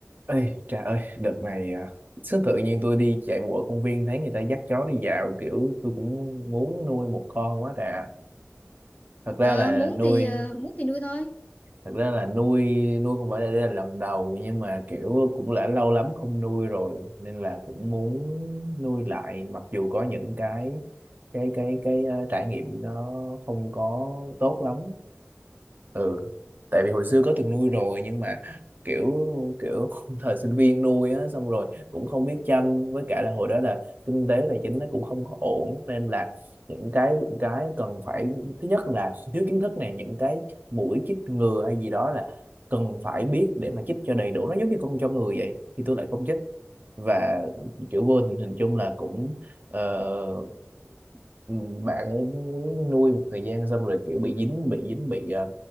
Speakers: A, on the right; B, on the left.
A: Ê, trời ơi, đợt này à, sướng tự nhiên tôi đi chạy bộ ở công viên thấy người ta dắt chó đi dạo kiểu tôi cũng muốn nuôi một con quá trời Thật ra
B: Ờ,
A: là
B: muốn
A: nuôi,
B: thì ờ, muốn thì nuôi thôi
A: thật ra là nuôi nuôi không phải là đây là lần đầu nhưng mà kiểu cũng đã lâu lắm không nuôi rồi nên là cũng muốn nuôi lại mặc dù có những cái cái cái cái ờ, trải nghiệm nó không có tốt lắm ừ tại vì hồi xưa có từng nuôi rồi nhưng mà kiểu kiểu <laughs> thời sinh viên nuôi á xong rồi cũng không biết chăm với cả là hồi đó là kinh tế tài chính nó cũng không có ổn nên là những cái cái cần phải thứ nhất là thiếu kiến thức này những cái mũi chích ngừa hay gì đó là cần phải biết để mà chích cho đầy đủ nó giống như con cho người vậy thì tôi lại không chích và kiểu vô tình hình chung là cũng ờ, ừ, bạn ấy nuôi một thời gian xong rồi kiểu bị dính bị dính bị ờ,